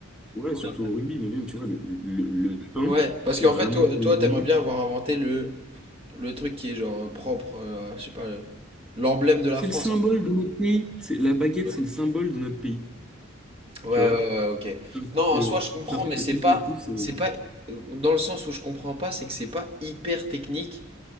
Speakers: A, in the centre; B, on the right.
A: Ouais, surtout
B: euh.
A: au rugby, mais même, tu vois, le, le- le pain,
B: Ouais parce
A: c'est
B: qu'en
A: vraiment
B: fait toi
A: devenu.
B: toi t'aimerais bien avoir inventé le Le truc qui est genre propre, euh, je sais pas, le- l'emblème de la
A: C'est
B: France.
A: le symbole
B: hein.
A: de notre pays. C'est, la baguette,
B: Ouais.
A: c'est le symbole de notre pays.
B: Ouais,
A: Tu vois.
B: ouais, ouais, ok.
A: C'est un truc
B: Non,
A: que,
B: en soi, je comprends,
A: c'est un truc
B: mais
A: que
B: c'est
A: tout
B: pas,
A: le monde kiffe, c'est.
B: c'est pas, euh, dans le sens où je comprends pas, c'est que c'est pas hyper technique,